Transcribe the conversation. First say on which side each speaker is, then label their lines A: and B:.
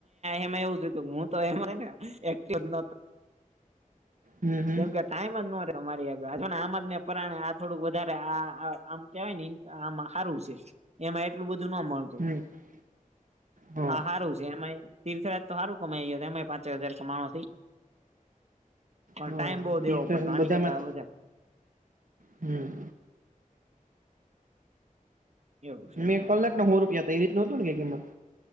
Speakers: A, on the right (about 50°); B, on the right (about 70°).
A: એમાં એવું થું હું તો એમાંને એક ન
B: હમ હમ
A: કેમ કર સામ જ ન ર અ મારી આગથવા ને આમ જ ને પરાણે આ થોડું વધારે આ આમ કેવાય ને આમાં સારું છે એમાં એટલું બધું ના મળત
B: હમ હા
A: આ સારું છે એમાંય તીર્થરાજ તો સારું કમાય ગ એમાં પાંચ હજાર કમાણ પણ
B: હા
A: ટાઈમ બહુ દેવો પડતો આની
B: બધામાં
A: કરતા વધારે
B: હમ
A: એવું છે એટલે
B: મેં કલાકને હોો રૂપિયા તો એ રી નહોું ને કે કિમત